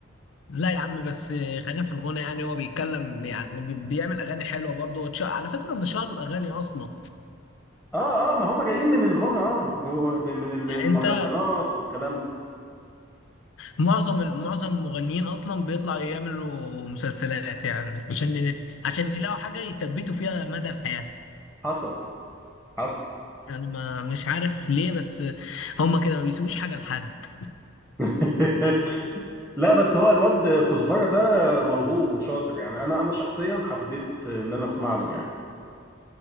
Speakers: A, on the left; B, in the centre.
A: لا يا عم بس خلينا في الغنى يعني هو بيتكلم يعني بي- بيعمل اغاني حلوه برضه وتش- على فكره من شهر الاغاني اصلا
B: اه اه ما هم جايين من الغنى اه من ال-
A: يعني
B: المهرجانات
A: انت
B: والكلام ده
A: معظم ال- معظم المغنيين اصلا بيطلعوا يعملوا مسلسلات يعني عشان ي- عشان يلاقوا حاجه يثبتوا فيها مدى الحياه
B: حصل حصل
A: يعني ما مش عارف ليه بس هما كده ما بيسيبوش حاجه لحد
B: <laughs> لا بس هو الواد كزبره ده موهوب وشاطر يعني انا انا شخصيا حبيت ان انا اسمع له يعني